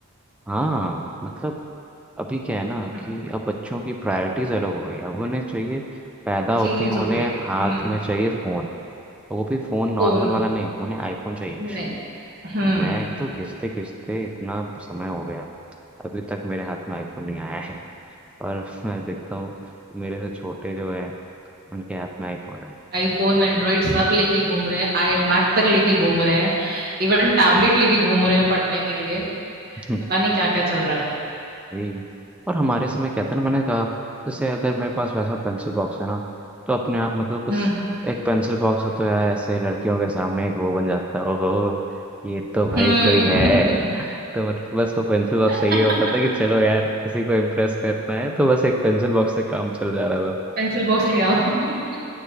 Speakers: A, in the centre; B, on the right.
A: हाँ मतलब अभी क्या है ना
B: <laughs>
A: कि अब बच्चों की प्रायोरिटीज अलग हो गई अब उन्हें चाहिए पैदा होते
B: चेंज
A: ही
B: हो
A: उन्हें
B: गई है
A: हाथ
B: हम्म
A: में चाहिए फोन वो भी फोन नॉर्मल
B: कौन
A: वाला नहीं उन्हें आईफोन चाहिए
B: नहीं हम्म
A: मैं तो खींचते खींचते इतना समय हो गया अभी तक मेरे हाथ में आईफोन नहीं आया है <laughs> और मैं देखता हूँ मेरे से छोटे जो है उनके हाथ में आईफोन है
B: आईफोन एंड्रॉइड सब लेके घूम रहे हैं आई मैक तक लेके घूम रहे हैं इवन टैबलेट लेके घूम रहे हैं पढ़ने के लिए
A: हम्म,
B: पता नहीं क्या क्या चल रहा है
A: यही। और हमारे समय क्या था ना मैंने कहा जैसे अगर मेरे पास वैसा पेंसिल बॉक्स है ना तो अपने आप मतलब कुछ
B: हम्म
A: एक पेंसिल बॉक्स हो तो यार ऐसे लड़कियों के सामने एक वो बन जाता है ओहो ये तो भाई
B: हम्म
A: कोई है तो मतलब बस वो पेंसिल
B: <laughs>
A: बॉक्स से ये होता था कि चलो यार किसी को इम्प्रेस करना है तो बस एक पेंसिल बॉक्स से काम चल जा रहा था
B: पेंसिल बॉक्स ले आओ <laughs>